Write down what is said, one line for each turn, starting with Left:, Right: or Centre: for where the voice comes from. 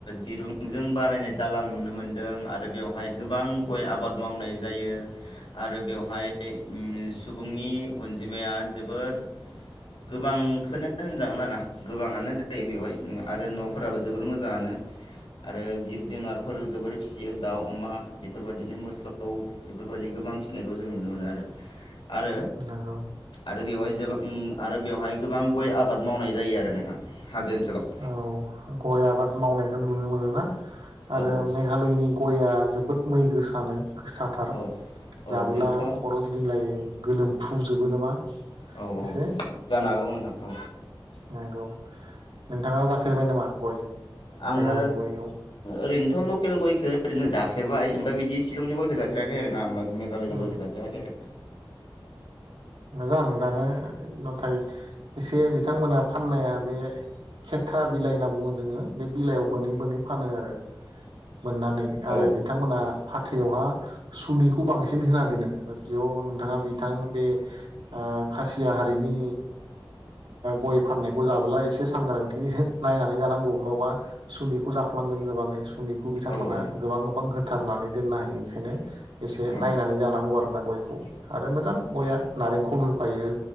Left: दिरुंजों बानायनाय दालां नुनो मोन्दों आरो बेवहाय गोबां गय आबाद मावनाय जायो आरो बेवहाय सुबुंनि अनजिमाया जोबोर गोबांखोनो होनजागोन आरोना गोबाङानो जायो बेवहाय आरो न फोराबो जोबोर मोजाङानो आरो जिब जुनारफोर जोबोर फिसियो दाउ अमा बेफोरबायदिनो मोसौ बेफोरबायदि गोबां फिसिनायखौ जों नुनो मोनो आरो आरो
Right: नंगौ
Left: आरो बेवहाय जोबां आरो बेवहाय गोबां गय आबाद मावनाय जायो आरो नोंथां। हाजो ओनसोलाव
Right: औ गय आबाद मावनायखौ नुनो मोनोना आरो
Left: औ औ
Right: मेघालयनि गया जोबोद मै गोसानो। गोसाथार
Left: औ औ
Right: जाबोला
Left: जोंथ' औ
Right: खर गिदिंलायो गोलोमफ्रुजोब बो नामा।
Left: औ औ
Right: एसे
Left: जानो हागौ नोंथां औ
Right: नंगौ नोंथाङा जाफेरबाय नामा गय?
Left: आङो
Right: मेघालयनि गयखौ?
Left: ओरैनोथ लकेल गयखो ओरैनो जाफेरबाय। ओमफ्राय बिदि सिलंनि गयखो जाफेराखै आरो ना मेघालयनि
Right: ओ
Left: गयखौ जाफेराखै आरो
Right: मोजां जानो नाथाय एसे बिथांमोना फाननाया बे खेथ्रा बिलाइ होनना बुङो जोङो बे बिलाइयाव बोनै बोनै फानो आरो मोननानै आरो
Left: औ
Right: बिथांमोना फाथैआवहा सुनैखौ बांसिन होना दोनो बेयाव नोंथाङा बिथां बे खासिया हारिनि गय फाननायखौ जाबोला एसे सांग्रांथि नायनानै जानांगौ नाबा सुुननिखौ जाफ्लांगोन गोबाङै सनिखौ बिथांमोना
Left: औ
Right: गोबां गोबां होथारनानै दोननो हायो बेखायनो एसे
Left: औ
Right: नायनानै जानांगौ आरोना गयखौ आरो मोजां गया नारेंखल होफायो